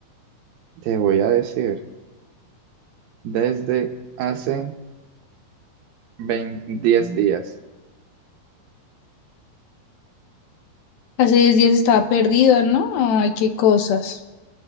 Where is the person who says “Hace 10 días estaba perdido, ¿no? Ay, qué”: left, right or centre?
Left